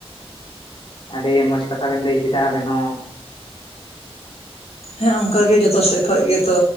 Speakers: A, on the left; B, on the left.
A: ᱟᱹᱰᱤ ᱢᱚᱡᱽ ᱠᱟᱛᱷᱟ ᱵᱮᱱ ᱞᱟᱹᱭ ᱠᱮᱫᱟ ᱟᱵᱮᱱ ᱦᱚᱸ
B: ᱦᱮᱸ ᱚᱱᱠᱟᱜᱮ ᱡᱚᱛᱚ ᱥᱮᱫ ᱠᱷᱚᱱ ᱜᱮᱛᱚ